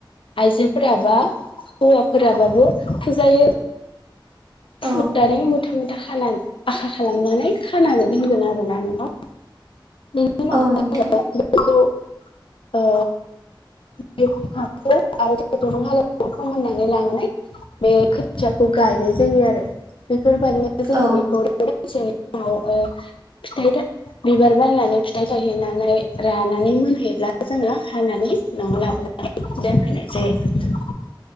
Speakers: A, on the left; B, on the right.
A: आइजोफोरा बा हौवाफोराबाबो फुजायो फुनानै
B: औ
A: मुथा मु था खानान आखा खालामनानै खानो दोनगोन आरोना नोंथां बेनि उनाव
B: औ नोंथां
A: बेखौ ओ <unintelligible> फोमोननानै लानानै बे खोथियाखौ गायनाय जायो आरो बेफोरबायदिनो जोङो
B: औ
A: बेखौ <unintelligible> फिथाय था बिबार बायनानै फिथाइ थायहोनानै रानानै मोनहोयोब्ला जोङो हानानै न'आव लाबोनानै दोनफैनाय जायो